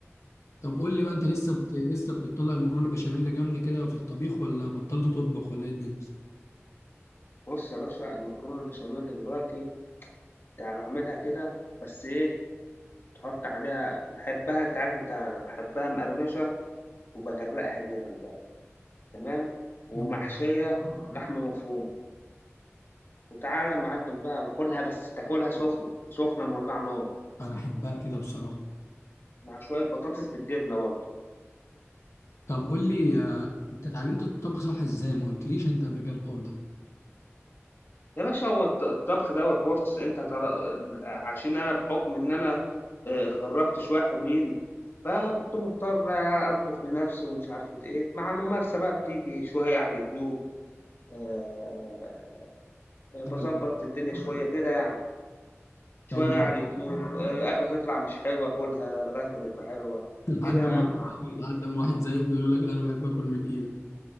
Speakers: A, on the left (about 80°); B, on the left (about 50°).
A: طب قول لي بقى انت لسه بت... لسه بتطلع المكرونه البشاميل جامده كده في الطبيخ ولا بطلت تطبخ ولا ايه الدنيا؟
B: بص يا باشا المكرونه البشاميل دلوقتي يعني بعملها كده بس ايه تحط عليها بحبها انت عارف انت انا بحبها مقرمشه وبغرقها جبن بقى تمام ومحشيه
A: ايوه
B: لحمه مفرومه وتعالى يا معلم بقى وكلها بس تاكلها سخنه سخنه مولعه نار
A: انا احبها كده بصراحه
B: مع شويه بطاطس بالجبنه برضه
A: طب قول لي آه، انت اتعلمت الطبخ صح ازاي ما قلتليش انت قبل كده الحوار ده <laughs>
B: يا باشا هو الط- الطبخ دوّة بُص، أنت هتعر عشان أنا بحُكم إن أنا آآ اتغرّبت شوية حلوين، فكنت مضطر أطبخ لنَفْسي ومش عارفة إيه، مع الممارسة بقى بتيجي شوية على اليوتيوب آآ
A: طب
B: باضبّط الدنيا شوية كده يعني، شوية
A: يعني ما-
B: على اليوتيوب آآ أكلة تطلع مش حلوة آكلها لغاية ما تبقى حلوة،
A: <laughs> لحد
B: كده يعني،
A: اما لحد اما واحد زيي بيقول يقول لك لا انا بحب اكل من ايدك